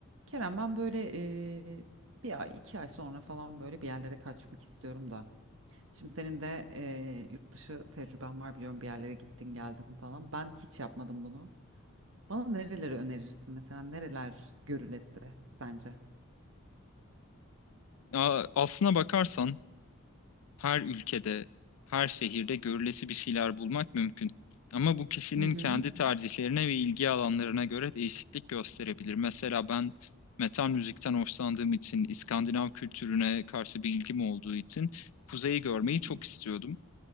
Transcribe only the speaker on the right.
Kerem ben böyle eee, bir ay iki ay sonra falan böyle bir yerlere kaçmak istiyorum da. Şimdi senin de eee, yurt dışı tecrüben var biliyorum bir yerlere gittin geldin falan. Ben hiç yapmadım bunu. Bana nereleri önerirsin mesela nereler görülesi sence?
Hı hı.
Hı hı.